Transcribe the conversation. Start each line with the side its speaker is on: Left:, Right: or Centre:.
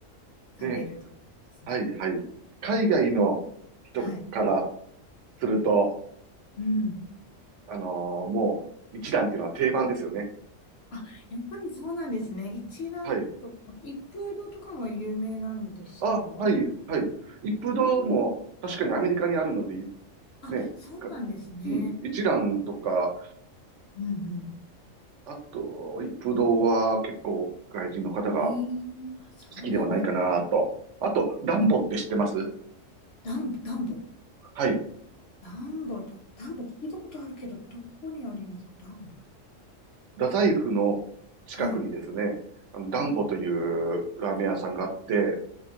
Left: 食べるとかですね。
Right: う、ね、はい、はい。海外の人から
Left: はい。
Right: すると、
Left: うん。
Right: あのーもう、一蘭っていうのは定番ですよね。
Left: あ、やっぱりそうなんですね。一蘭とか、
Right: はい。
Left: 一風堂とかも有名なんですか
Right: あ、はい、はい。一風堂も、
Left: うん。
Right: 確かにアメリカにあるので、
Left: あ、
Right: ね、
Left: そうなんですね。
Right: かうん、一蘭とか、
Left: うんうん。
Right: あと、一風堂は結構外人の方が
Left: ええあ、そうなんですね。
Right: 好きではないかなと。あと、ダンボって知ってます
Left: うんダン、ダンボ。
Right: はい。
Left: ダンボと、ダンボ聞いたことあるけど、どこにありますかダンボ。
Right: 太宰府の近くにですね、
Left: はい。
Right: あの、ダンボというラーメン屋さんがあって、